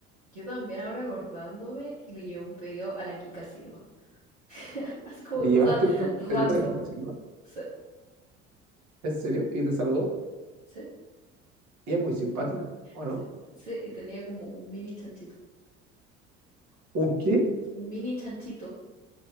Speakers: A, on the right; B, on the right.
A: yo también ahora acordándome le llevé un pedido a la Kika Silva. <laughs> Así como
B: Y
A: de cosas
B: llevaste un pedido
A: random.
B: aquí, ¿sí, ¿no?
A: Sí,
B: ¿En serio? Y te saludó.
A: sí.
B: Y es muy simpática, ¿o
A: Sí,
B: no?
A: sí, y tenía como un mini chanchito.
B: ¿Un qué?
A: Un mini chanchito.